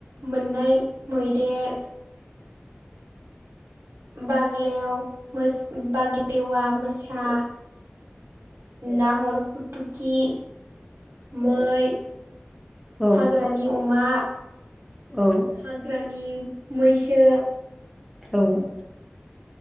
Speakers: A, on the right (about 85°); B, in the centre.
A: मोननाय मैदेर बाग्लेव बाग्लेवा मोसा नाहर फटकि मै
B: औ
A: हाग्रानि
B: औ
A: अमा
B: औ
A: हाग्रानि मैसो
B: औ